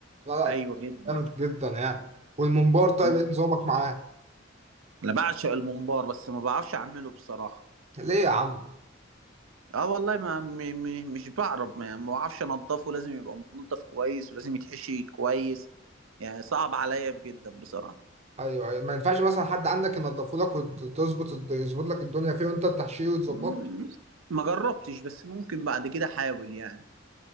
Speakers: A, on the right (about 35°); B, on the right (about 80°).
A: لا
B: ايوه
A: لا
B: جدا
A: جامد جدا يعني والممبار طيب
B: مم.
A: ايه نظامك معاه
B: انا بعشق الممبار بس ما بعرفش اعمله بصراحه
A: ليه يا عم
B: اه والله ما م م مش بعرف ما, ما بعرفش انضفه لازم يبقى متنضف كويس ولازم يتحشي كويس يعني صعب عليا جدا بصراحه
A: ايوه أيوة. ما ينفعش مثلا حد عندك ينضفه لك وتظبط يظبط لك الدنيا فيه وانت تحشيه وتظبطه
B: مم. ما جربتش بس ممكن بعد كده احاول يعني